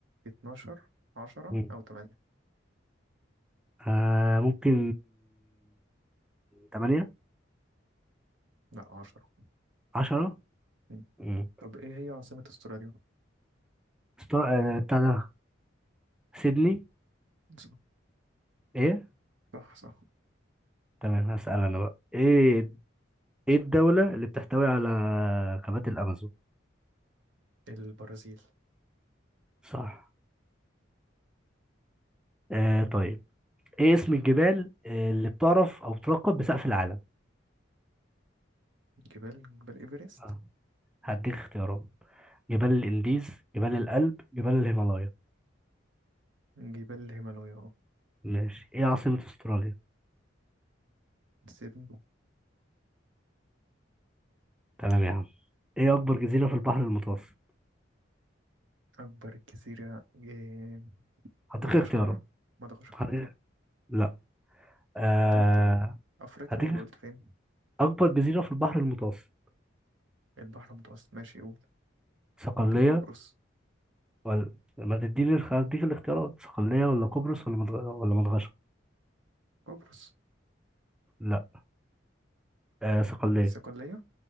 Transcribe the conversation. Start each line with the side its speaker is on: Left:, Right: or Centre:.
Right: اتناشر عشرة
Centre: مم.
Right: او تمانية
Centre: آه ممكن تمانية
Right: لا عشرة
Centre: عشرة
Right: مم.
Centre: مم.
Right: طب ايه هي عاصمة استراليا
Centre: استر... آه بتاع ده سيدني
Right: صح
Centre: ايه
Right: صح صح.
Centre: تمام هسأل أنا بقى ايه ايه الدولة اللي بتحتوي على غابات الأمازون
Right: البرازيل
Centre: صح آه طيب ايه اسم الجبال آه، اللي بتعرف او بتلقب بسقف العالم
Right: جبال جبال ايفرست
Centre: آه. هديك اختيارات جبال الانديز جبال الألب جبال الهيمالايا
Right: جبال الهيمالايا اه
Centre: ماشي ايه عاصمة استراليا
Right: سيدني
Centre: تمام يا عم ايه اكبر جزيرة في البحر المتوسط
Right: أكبر جزيرة إيه،
Centre: هديك
Right: مدغشقر
Centre: اختيارات
Right: مدغشقر
Centre: هديك...
Right: طبعا
Centre: لا آه...
Right: أنت قلت إيه؟ أفريقيا
Centre: هديك
Right: ولا قلت فين؟
Centre: اكبر جزيرة في البحر المتوسط
Right: البحر المتوسط ماشي قول
Centre: صقلية
Right: ممكن قبرص
Centre: ولا ما تديني الخ- هديك الاختيارات صقلية ولا قبرص ولا مدغ... ولا مدغشقر
Right: قبرص
Centre: لا آه صقلية
Right: الصقلية